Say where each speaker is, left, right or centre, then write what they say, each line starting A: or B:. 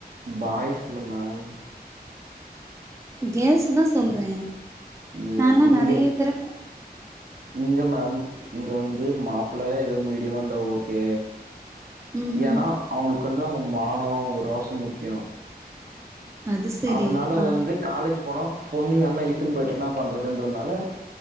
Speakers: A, on the right; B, on the right.
A: பாய்ஸ்கு இல்ல மேம்
B: கேல்ஸ்க்கு தா சொல்றே
A: இல்ல
B: நால்லா
A: இங்க
B: நெறைய பேரு
A: இங்க மேம் இங்க வந்து மாப்பிள்ள ஏதோ மீடியமா இருந்தா ஓகே
B: ம்
A: ஏன்னா
B: ம்
A: அவங்களுக்கு வந்து அவங்க மானோ அவங்க ரோஷோ முக்கியோ
B: அது செரி
A: அதனால
B: ஆ
A: வந்து காலேஜ் போனா பொண்ணு யாருன்னா இழுத்துட்டு போயிட்டு என்ன பண்றதுன்றதுனால